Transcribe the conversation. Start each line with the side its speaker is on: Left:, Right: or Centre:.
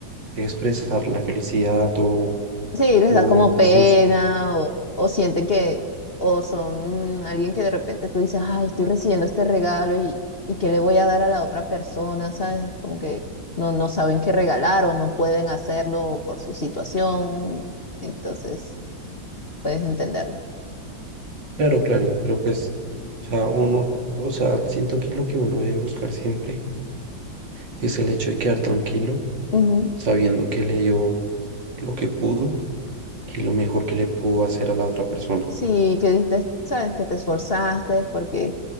Right: expresar la felicidad o,
Left: Sí, les
Right: o
Left: da como
Right: decir,
Left: pena o, o sienten que, o son alguien que de repente tú dices, ay, estoy recibiendo este regalo y, y qué le voy a dar a la otra persona, ¿sabes? Como que no, no saben qué regalar o no pueden hacerlo por su situación, entonces puedes entenderlo.
Right: claro, claro, pero pues, o sea, uno, o sea, siento que lo que uno debe buscar siempre es el hecho de quedar tranquilo,
Left: Ujú.
Right: sabiendo que le dio lo que pudo y lo mejor que le pudo hacer a la otra persona.
Left: Sí, que diste, sabes que te esforzaste porque